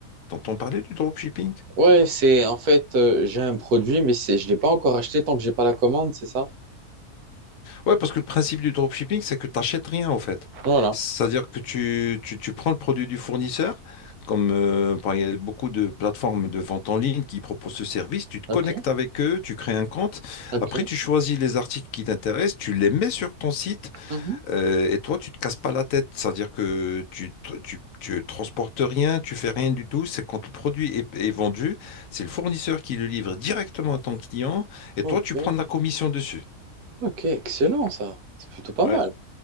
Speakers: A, on the left; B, on the right.
A: T'entends parler du dropshipping?
B: Ouais, c'est en fait, euh, j'ai un produit, mais c'est, je ne l'ai pas encore acheté tant que j'ai pas la commande, c'est ça?
A: Ouais, parce que le principe du dropshipping, c'est que tu n'achètes rien en fait.
B: Voilà.
A: C'est-à-dire que tu, tu, tu prends le produit du fournisseur, comme euh, par- il y a beaucoup de plateformes de vente en ligne qui proposent ce service, tu te
B: Ok.
A: connectes avec eux, tu crées un compte,
B: Ok.
A: après tu choisis les articles qui t'intéressent, tu les mets sur ton site
B: Mhm.
A: euh, et toi tu te casses pas la tête. C'est-à-dire que tu, tr- tu, tu transportes rien, tu fais rien du tout. C'est quand le produit est, est vendu, c'est le fournisseur qui le livre directement à ton client et
B: Ok.
A: toi tu prends de la commission dessus.
B: Ok. Excellent, ça. C'est plutôt pas
A: Ouais.
B: mal.